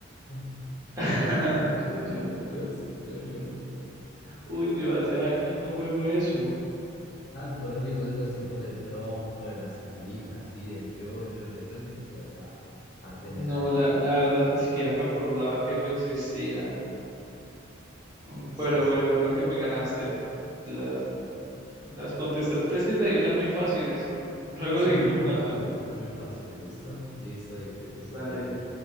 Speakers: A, on the left; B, on the right.
A: <laughs> Yo
B: <laughs>
A: y solo yo. <laughs>
B: Yo, yo.
A: ¿Ves? Yo-yo.
B: Uy, yo hace años no juego eso.
A: Ah, por eso le digo es de los tiempos del trompo, de las canicas, sí, del yo-yo. Yo pensé que lo ibas a, a tener
B: No,
A: ahí.
B: la, la verdad ni siquiera me acordaba que eso existía. Mm,
A: Sí,
B: Pero
A: sí.
B: bueno, creo que me ganaste. Las, las contestaste. Es que te di unas muy fáciles. Luego
A: Sí,
B: seguimos
A: la
B: jugando.
A: verdad, las viste muy fáciles. ¿Listo? Listo, y que te
B: Dale.
A: estés bien.